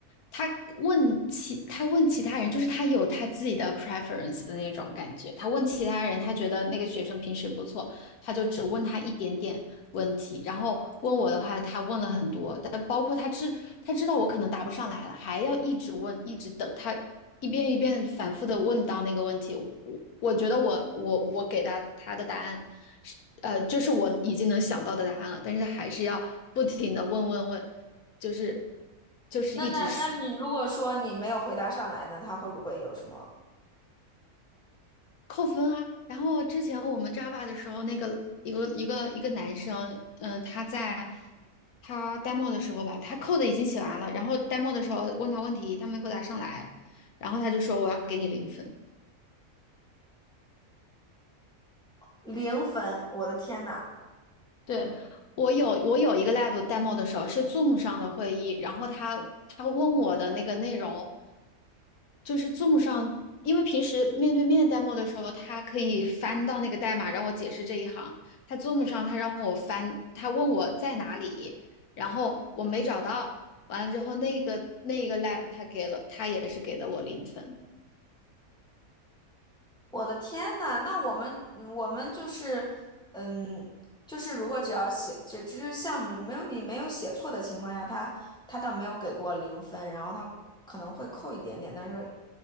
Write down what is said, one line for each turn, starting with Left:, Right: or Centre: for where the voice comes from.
Left: 他问其他问其他人，就是他有他自己的 preference 的那种感觉。他问其他人，他觉得那个学生平时不错，他就只问他一点点问题，然后问我的话，他问了很多，但包括他知他知道我可能答不上来了，还要一直问，一直等他一遍一遍反复的问到那个问题。我我觉得我我我给他他的答案是呃，就是我已经能想到的答案了，但是他还是要不停的问问问，就是就是一直说。
Centre: 那那那你如果说你没有回答上来呢，他会不会有什么
Left: 扣分啊。然后之前我们 Java 的时候，那个一个一个一个男生，嗯、他在他 demo 的时候吧，他 code 已经写完了，然后 demo 的时候问他问题，他没回答上来，然后他就说我要给你零分。
Centre: 零分？我的天呐，
Left: 对，我有我有一个 lab demo 的时候是 Zoom 上的会议，然后他他问我的那个内容。就是 zoom 上，因为平时面对面 demo 的时候，他可以翻到那个代码让我解释这一行。他 Zoom 上他让我翻，他问我在哪里，然后我没找到。完了之后，那个那个 lab 他给了，他也是给的我零分。
Centre: 我的天呐，那我们我们就是，嗯，就是如果只要写，只只是项目没有你没有写错的情况下，他他倒没有给过零分，然后他可能会扣一点点，但是